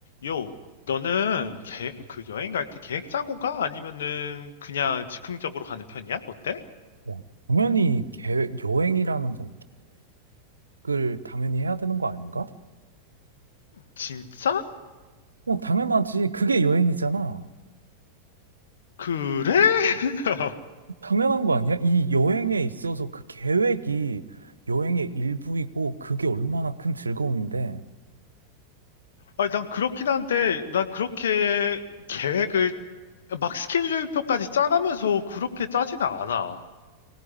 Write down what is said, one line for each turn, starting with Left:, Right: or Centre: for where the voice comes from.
Left: 요, 너는 계- 그 여행 갈 때 계획 짜고 가? 아니면은 그냥 즉흥적으로 가는 편이야? 어때?
Right: 뭐, 당연히 계획, 여행이라는 건 계획을 당연히 해야 되는 거 아닌가?
Left: 진짜?
Right: 뭐, 당연하지. 그게 여행이잖아.
Left: 그래? <laughs>
Right: 당연한 거 아니야? 이 여행에 있어서 그 계획이 여행의 일부이고 그게 얼마나 큰 즐거움인데.
Left: 아니, 난 그렇긴 한데, 난 그렇게 계획을 막 스케줄표까지 짜가면서 그렇게 짜지는 않아.